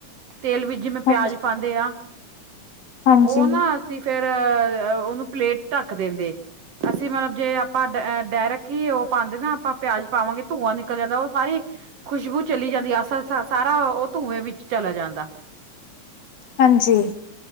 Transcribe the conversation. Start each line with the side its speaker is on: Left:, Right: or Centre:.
Right: ਤੇਲ ਵਿੱਚ ਜਿਵੇਂ ਪਿਆਜ
Left: ਹਾਂਜੀ
Right: ਪਾਉਂਦੇ ਆ
Left: ਹਾਂਜੀ
Right: ਉਹ ਨਾ ਅਸੀਂ ਫਿਰ । ਉਹਨੂੰ ਪਲੇਟ ਢੱਕ ਦਿੰਦੇ ਅਸੀਂ ਮਤਲਬ ਜੇ ਆਪਾਂ ਡਾਇਰਕ ਹੀ ਉਹ ਪਾਉਂਦੇ ਨਾ <unintelligible> ਆਪਾਂ ਪਿਆਜ ਪਾਵਾਂਗੇ ਧੂੰਆਂ ਨਿਕਲ ਜਾਂਦਾ ਉਹ ਸਾਰੀ ਖੁਸ਼ਬੂ ਚਲੀ ਜਾਂਦੀ ਸ ਸ ਸਾਰਾ ਉਹ ਧੂੰਏ ਵਿੱਚ ਚਲਾ ਜਾਂਦਾ।
Left: ਹਾਂਜੀ।